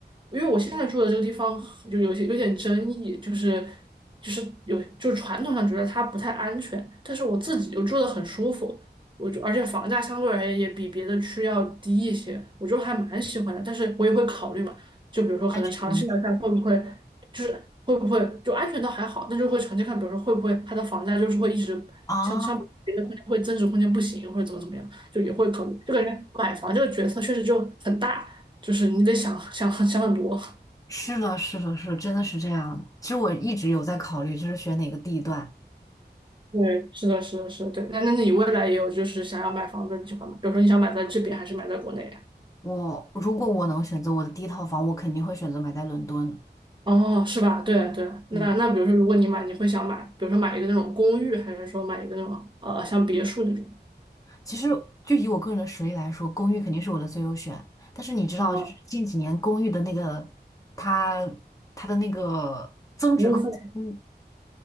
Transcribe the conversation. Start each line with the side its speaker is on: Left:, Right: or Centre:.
Right: 因为我现在住的这个地方就有些有点争议，就是就是有就是传统上觉得它不太安全，但是我自己就住得很舒服，我就而且房价相对而言也比别的区要低一些，我就还蛮喜欢的。但是我也会考虑嘛，就比如说可能长期来看会不会
Left: 安全问题
Right: 就是会不会就安全倒还好，但就会长期看，比如说会不会它的房价就是会一直像像别的空间会增值空间不行，
Left: <laughs> 啊，
Right: 或者怎么怎么样。就也会考虑。就感觉买房这个决策确实就很大，就是你得想想想很多。
Left: 是的，是的，是的真的是这样。其实我一直有在考虑，就是选哪个地段。
Right: 对，是的，是的，是的，对。那那你未来也有就是想要买房子的计划吗？比如说你想买在这边还是买在国内呀？
Left: 我如果我能选择我的第一套房，我肯定会选择买在伦敦。
Right: 哦，是吧？对对。那那比如说如果你买，
Left: 嗯，
Right: 你会想买，比如说买一个那种公寓，还是说买一个那种呃像别墅那种？
Left: 其实就以我个人的实力来说，公寓肯定是我的最优选。但是你知道，
Right: 啊，
Left: 就是近几年公寓的那个它它的那个增值空间。
Right: 服务费。